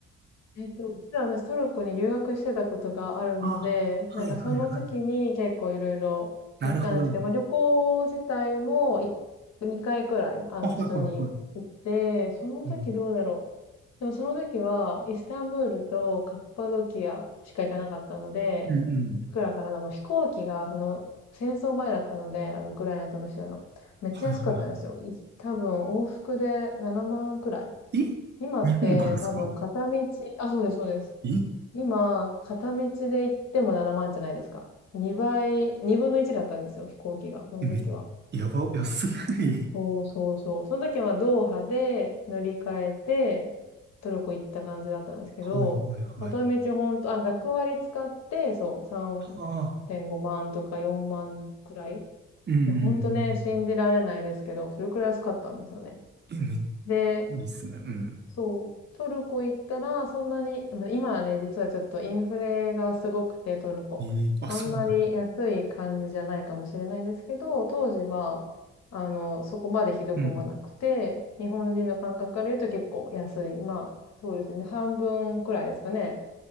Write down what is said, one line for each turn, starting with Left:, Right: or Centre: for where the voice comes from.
Left: えっと、実は私トルコに留学してたことがあるので、
Right: あ、はいはいはい。
Left: なんかその時に結構いろいろ行ったんですけど、
Right: なるほど。
Left: まあ、旅行自体もい2回くらい、あの、
Right: あ、はいはいはい。
Left: 普通に行って、その時どうだろう。
Right: うん、
Left: でもその時はイスタンブールとカッパドキアしか行かなかったので、
Right: うんうん。
Left: いくらかな、でも飛行機がその戦争前だったので、あの、ウクライナとロシアの。めっちゃ安かったんですよ。
Right: はいはいは
Left: い多分往復で7万くらい。
Right: いえ
Left: 今って多分片道、
Right: 日本からですか
Left: あ、そうです、そうです。
Right: え
Left: 今、片道で行っても7万じゃないですか。2倍、2分の1だったんですよ、飛行機が。その時は。
Right: えめ、やば、安ない。
Left: そうそうそう。その時はドーハで乗り換えて、トルコ行った感じだったんですけど、
Right: <laughs> はいはいはい。
Left: 片道ほんと、あ、学割使って、そう、3.5万とか4万くらい。
Right: はあ。
Left: い
Right: うんうん
Left: や、ほんとね、信じられないですけど、それくらい安かったんですよね。
Right: うん。え、めっち
Left: で、
Right: ゃいいっすね。うん。
Left: そう。トルコ行ったら、そんなに、まあ今はね、実はちょっとインフレがすごくて、トルコ。
Right: えーあ、
Left: あんまり安い感じじゃないかもしれないんですけど、
Right: そうなん。
Left: 当時は、あの、そこまでひどくもなくて、
Right: うん。
Left: 日本人の感覚から言うと結構安い。まあ、そうですね。半分くらいですかね。